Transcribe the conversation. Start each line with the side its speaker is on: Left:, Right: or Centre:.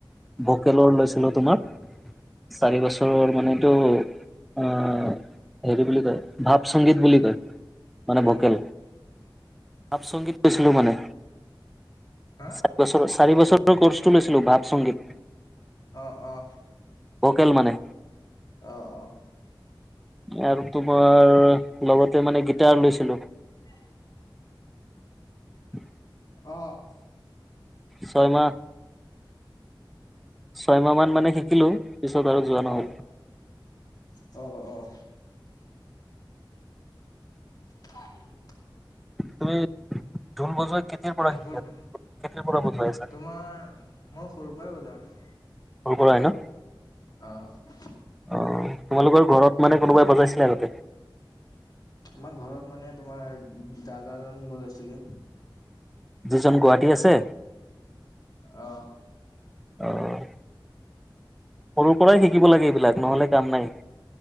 Centre: ভোকেলৰ লৈছিলো তোমাৰ চাৰি বছৰৰ মানে এইটো অ হেৰি বুলি কয় ভাৱ সংগীত বুলি কয়। মানে
Left: হেল্ল'
Centre: ভোকেল ভাপ সংগীত লৈছিলো মানে।
Left: হা
Centre: চাৰি বছৰ চাৰি বছৰৰ কৰ্চটো লৈছিলো ভাৱ সংগীত।
Left: অ অ
Centre: ভোকেল মানে
Left: অ অ
Centre: আৰু তোমাৰ লগতে মানে গিটাৰ লৈছিলো
Left: উ
Centre: <unintelligible>
Left: অ
Centre: ছয় মাহ ছয়মাহ মান মানে শিকিলোঁ, পিছত আৰু যোৱা নহ'ল।
Left: অ', অ', অ'। <unintelligible>
Centre: তুমি ঢোল বজোৱা কেতিয়াৰ পৰা
Left: দপুৰ
Centre: শিকি
Left: দ,
Centre: কেতিয়াৰ পৰা বজাই আছা
Left: তোমাৰ মই সৰুৰ পৰাই বজাওঁ।
Centre: সৰুৰ পৰাই ন'?
Left: অ'।
Centre: অ' তোমালোকৰ ঘৰত মানে কোনোবাই বজাইছিলে আগতে?
Left: আমাৰ ঘৰত মানে তোমাৰ দাদাজন বজাইছিলে।
Centre: যিজন গুৱাহাটী আছে?
Left: অ'।
Centre: অ'। সৰুৰ পৰাই শিকিব লাগে এইবিলাক নহ'লে কাম নাই।